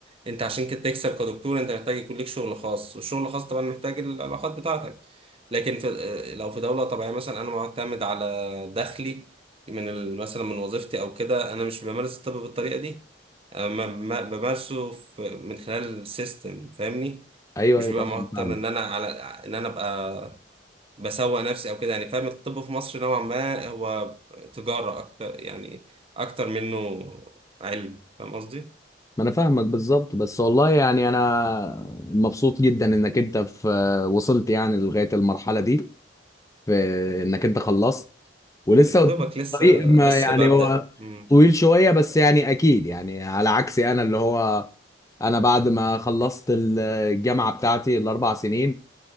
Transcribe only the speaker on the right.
انت عشان كده تكسب كدكتور انت محتاج يكون ليك شغل خاص والشغل الخاص طبعا محتاج العلاقات بتاعتك لكن في... آه، لو في دوله طبيعيه مثلا انا معتمد على دخلي من ال... مثلا من وظيفتي او كده انا مش بمارس الطب بالطريقه دي أنا ما... ما... بمارسه في... من خلال السيستم فاهمني
مش
ببقى
مضطر
ان انا على ان انا ابقى بسوق نفسي او كده يعني فاهم الطب في مصر نوعا ما هو تجارة اكتر يعني اكتر منه علم فاهم قصدي
يا
دوبك لسه
لسه
ببدأ
امم